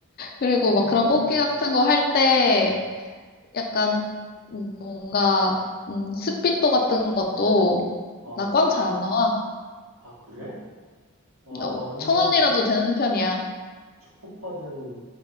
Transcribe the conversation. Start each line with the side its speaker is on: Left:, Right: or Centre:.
Left: 그리고
Right: 와,
Left: 막 그런 뽑기 같은 거 할 때 약간 뭔가, 음, 스피또 같은 것도
Right: 어.
Left: 나 꽝 잘 안 나와.
Right: 아, 그래? 와,
Left: 나
Right: 완전히
Left: 천 원이라도
Right: 축,
Left: 되는 편이야.
Right: 축복받은